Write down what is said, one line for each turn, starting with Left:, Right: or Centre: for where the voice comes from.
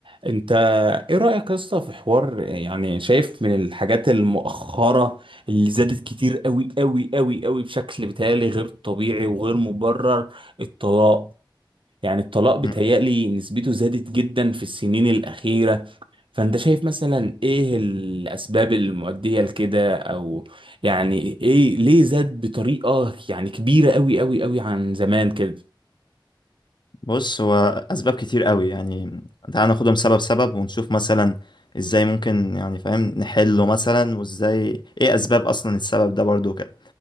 Right: انت ايه رأيك يا اسطى في حوار يعني شايف من الحاجات المؤخرة اللي زادت كتير قوي قوي قوي قوي بشكل بيتهيألي غير طبيعي وغير مبرر الطلاق يعني الطلاق بيتهيألي
Left: مم.
Right: نسبته زادت جدا في السنين الأخيرة فانت شايف مثلا ايه الأسباب المؤدية لكده او يعني ايه ليه زاد بطريقة يعني كبيرة قوي قوي قوي عن زمان كده
Left: بص هو اسباب كتير قوي يعني تعال ناخدهم سبب سبب ونشوف مثلا ازاي ممكن يعني فاهم نحله مثلا وازاي ايه اسباب اصلا السبب ده برضو كده